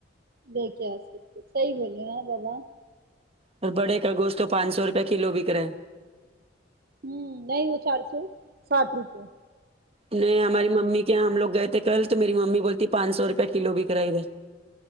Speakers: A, on the right; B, on the right.
A: لے کے آ سکتے صحیح بولے ہاں بابا
B: اور بڑے کا گوشت تو پانچ سو روپے کلو بک رہا ہے
A: ہمم نہیں وہ چار سو ساٹھ روپئے
B: نہیں ہماری ممی کیا ہم لوگ گئے تھے کل تو میری ممی بولتی پانچ سو روپے کلو بیک رہا ادھر